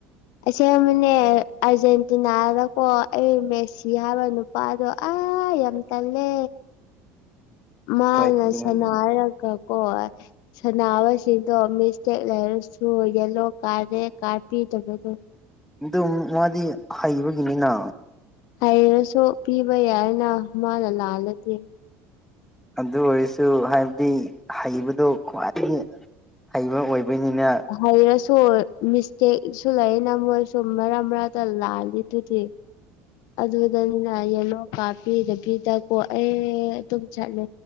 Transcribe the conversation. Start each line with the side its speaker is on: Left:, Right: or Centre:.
Left: ꯑꯁ‌ꯦꯡꯕꯅ‌ꯦ ꯑꯥꯔꯖꯦꯟꯇꯤꯅꯥꯗꯀꯣ ꯑꯩ ꯃꯦꯁꯤ ꯍꯥꯏꯕ ꯄꯥꯗꯣ ꯑ ꯌꯥꯝ ꯇꯜꯂꯦ ꯃꯥꯅ
Centre: ꯀꯩꯒꯤꯅꯣꯅꯦ
Left: ꯁꯅ ꯍꯥꯏꯔꯒ ꯀꯣꯏ ꯁꯥꯟꯅꯕꯁꯤꯡꯗꯣ ꯃꯤꯁꯇꯦꯛ ꯂꯩꯔꯁꯨ ꯌꯦꯂꯣ ꯀꯥꯔ ꯔꯦꯗ ꯀꯥꯔ ꯄꯤꯗꯕꯗꯣ
Centre: ꯑꯗꯨꯝ ꯃꯥꯗꯤ ꯍꯩꯕꯒꯤꯅꯤꯅ
Left: ꯍꯩꯔꯁꯨ ꯄꯤꯕ ꯌꯥꯏꯅ ꯃꯥꯅ ꯂꯥꯜꯂꯗꯤ
Centre: ꯑꯗꯨ ꯑꯣꯏꯔꯁꯨ ꯍꯥꯏꯕꯗꯤ ꯍꯩꯕꯗꯣ ꯈ꯭ꯋꯥꯏꯗꯒꯤ ꯍꯩꯕ ꯑꯣꯏꯕꯅꯤꯅ
Left: ꯍꯩꯔꯁꯨ ꯃꯤꯁꯇꯦꯛꯁꯨ ꯂꯩ ꯅ ꯃꯣꯏꯁꯨ ꯃꯔꯛ ꯃꯔꯛꯇ ꯂꯥꯜꯂꯤ ꯑꯗꯨꯗꯤ ꯑꯗꯨꯗꯅꯤꯅ ꯌꯦꯂꯣ ꯀꯥꯞꯄꯤꯗꯕꯤꯗꯀꯣ ꯑꯩ ꯑꯗꯨꯝ ꯆꯠꯂꯦ